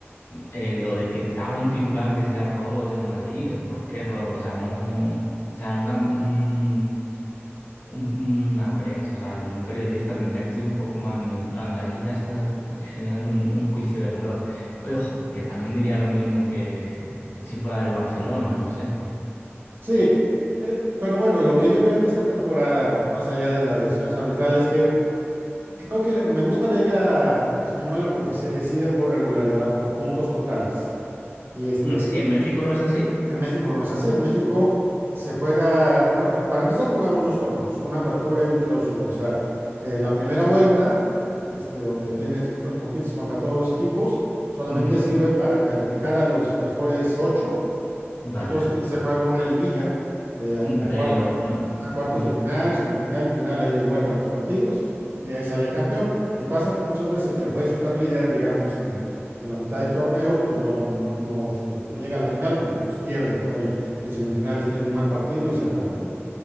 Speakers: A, on the left; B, on the right.
A: eh, lo de que abra un titular que sea robo del Madrid, eh, ¿por qué robo? O sea, no. O sea, una, un- un- una prensa, o sea, el- un periodista tendría que ser un poco más neutral. Ahí ya estás generando un, un juicio de valor. Ojo, que también diría lo mismo que si fuera del Barcelona, no sé.
B: sí, eh, pero bueno, lo que yo veo en esta temporada, más allá de las decisiones arbitrales, que creo que le- me gusta la liga española porque se decide por regularidad, por puntos totales. Y este,
A: No sé,
B: y,
A: ¿En México no es así?
B: En México no es así. En México se juega, bueno, para empezar jugamos dos torneos, una apertura y un clausura. O sea, eh, la primera vuelta, este, donde tienes, co- compites contra todos los equipos, solamente
A: Ujú.
B: sirve para calificar a los mejores ocho.
A: Vale.
B: Y entonces, y se juega una liguilla de, a-
A: Un
B: con
A: playoff,
B: cuar-
A: ¿no?
B: a cuartos
A: Un-
B: de final, semifinal y final, ahí de vuelta los partidos, y de ahí sale el campeón. Y pasa que muchas veces el que fue super líder, digamos, en el, en la mitad del torneo, pues no, no, no, este, no llega a la final porque pues, pierde, ¿no? Ahí en semifinales tiene un mal partido y se acabó, ¿no?